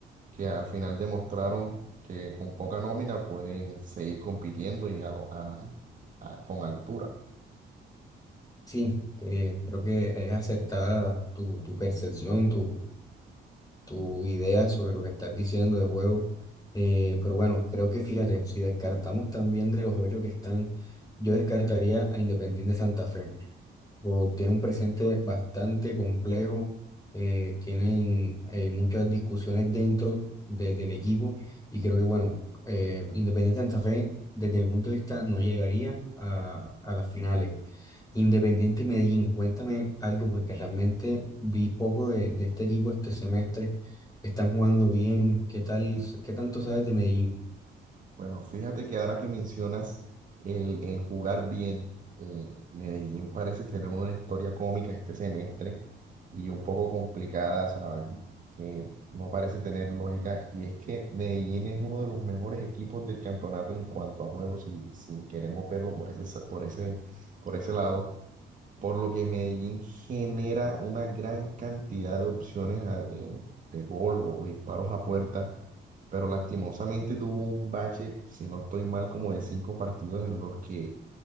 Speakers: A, on the right; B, on the left.
A: que al final demostraron que con poca nómina pueden seguir compitiendo y a lo- a- a- con altura.
B: Sí, eh, creo que es acertada tu, tu percepción, tu, tu idea sobre lo que estás diciendo de juego. Eh, pero bueno, creo que fíjate, si descartamos también de los ocho que están, yo descartaría a Independiente Santa Fe. o tiene un presente bastante complejo, eh, tienen eh, muchas discusiones dentro de- del equipo y creo que, bueno, eh, Independiente Santa Fe, desde mi punto de vista, no llegaría a, a las finales. Independiente Medellín, cuéntame algo porque realmente vi poco de, de este equipo este semestre. Están jugando bien, ¿qué tal, qué tanto sabes de Medellín?
A: Bueno, fíjate que ahora que mencionas el, el jugar bien, eh, Medellín parece tener una historia cómica este semestre y un poco complicada, ¿sabes? Que no parece tener lógica. Y es que Medellín es uno de los mejores equipos del campeonato en cuanto a juegos, si, si queremos verlo por ese, por ese, por ese lado por lo que Medellín genera una gran cantidad de opciones a- eh, de gol o disparos a puerta, pero lastimosamente tuvo un bache, si no estoy mal, como de cinco partidos en los que